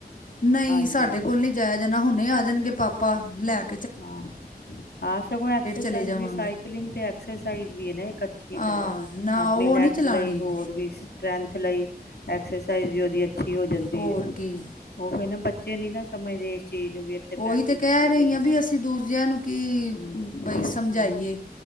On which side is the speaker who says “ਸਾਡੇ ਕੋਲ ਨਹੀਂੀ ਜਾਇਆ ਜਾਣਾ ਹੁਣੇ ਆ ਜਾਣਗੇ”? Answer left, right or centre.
Left